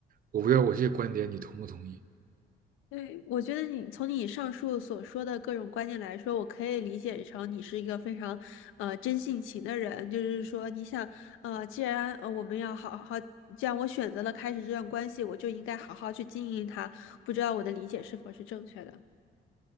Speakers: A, on the right; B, on the left.
A: 我不知道我这个观点你同不同意。
B: 对，我觉得你从你上述所说的各种观念来说，我可以理解成你是一个非常，呃，真性情的人。就是说，你想，呃，既然呃我们要好好，既然我选择了开始这段关系，我就应该好好去经营它。不知道我的理解是否是正确的？